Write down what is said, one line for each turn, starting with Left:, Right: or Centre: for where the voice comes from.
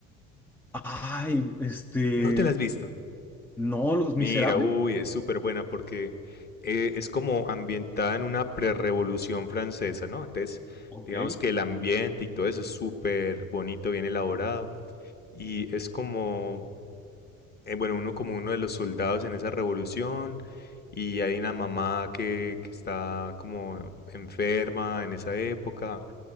Centre: Ay, este,
Left: ¿No te la has visto?
Centre: no, Los
Left: Mira,
Centre: Miserables.
Left: uy, es súper buena porque eh, es como ambientada en una prerrevolución francesa, ¿no? Entonces,
Centre: Ok,
Left: digamos que el ambiente y todo eso es súper bonito, bien elaborado. Y es como, eh, bueno, uno como uno de los soldados en esa revolución. Y hay una mamá que, que está como enferma en esa época